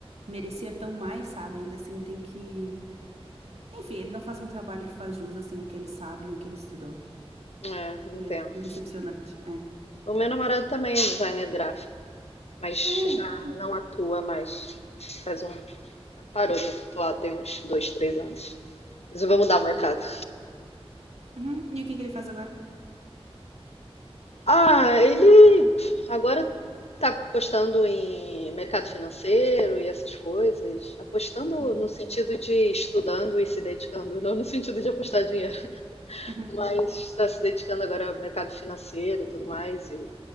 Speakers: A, on the right (about 80°); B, on the left (about 80°).
A: merecia tão mais, sabe? Ainda assim, tem que. Enfim, ele não faz um trabalho que faz jus, assim, o que ele sabe e o que ele estudou.
B: É, entendo.
A: É, decepcionante, é.
B: O meu namorado também é designer gráfico, mas
A: Ah, é?
B: já
A: Sim.
B: não atua mais. Faz um. Parou de atuar tem uns dois, três anos. Resolveu
A: Hum.
B: mudar o mercado.
A: Uhum. E o que que ele faz agora?
B: Ah, ele agora está apostando em mercado financeiro e essas coisas. Apostando
A: Uhum.
B: no sentido de estudando e se dedicando, não no sentido de apostar dinheiro, <laughs>
A: Uhum.
B: mas está se dedicando agora ao mercado financeiro e tudo mais. E